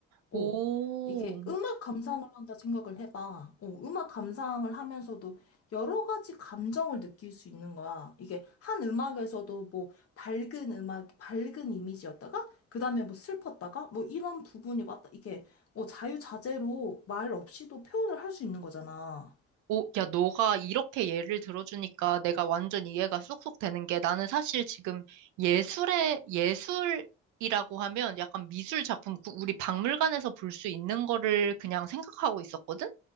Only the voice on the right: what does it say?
오.
오, 야, 너가 이렇게 예를 들어주니까 내가 완전 이해가 쏙쏙 되는 게 나는 사실 지금 예술의, 예술이라고 하면 약간 미술 작품, 그 우리 박물관에서 볼 수 있는 거를 그냥 생각하고 있었거든?